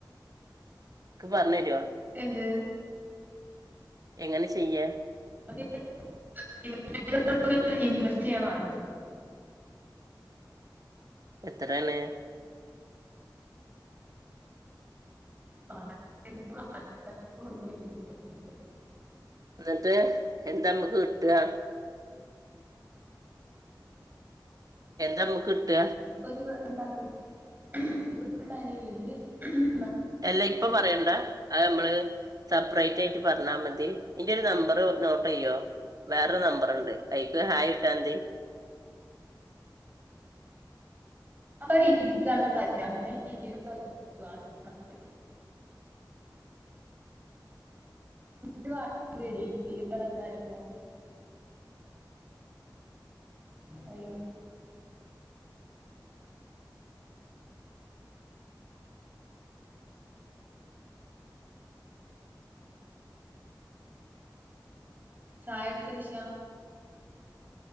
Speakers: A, on the right; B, on the right.
A: ക്ക്‌ പറഞ്ഞരോ.
B: എന്ത്?
A: എങ്ങനെ ചെയ്യ?
B: <unintelligible> ഇൻവെസ്റ്റയ്യണം ആദ്യം.
A: എത്രേണ്?
B: <inaudible>
A: ന്നട്ട് എന്താമുക്ക് കിട്ട? എന്താമ്മുക്കിട്ട?
B: ഇപ്പൊ ഒരു <inaudible>
A: അല്ല ഇപ്പൊ പറയണ്ട അതമ്മള് സെപ്റേറ്റ് <unintelligible> ട്ട് പറഞ്ഞാ മതി ഇന്റെരു നമ്പർ നോട്ടെയ്യോ? വേറൊരു നമ്പർണ്ട് അയ്ക്ക് ഹായിട്ടാതി.
B: അപ്പൊ <unintelligible> <unintelligible> രെപോ ഹലോ. ചായടിച്ച റിഷ.